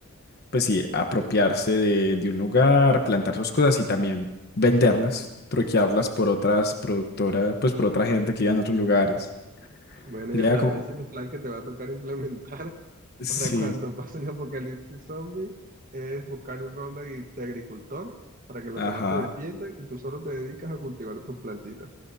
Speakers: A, on the left; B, on the right.
A: pues sí, apropiarse de, de un lugar, plantar sus cosas y también venderlas, troquearlas por otras productoras, pues por otra gente que vive en otros lugares?
B: Bueno,
A: Sería
B: ya sabes,
A: como,
B: ese es el plan que te va a tocar implementar <laughs>
A: sí,
B: para cuando pase un apocalipsis zombie, es buscar el rol de agri- de agricultor para que los
A: ajá,
B: demás te defiendan y tú solo te dedicas a cultivar tus plantitas.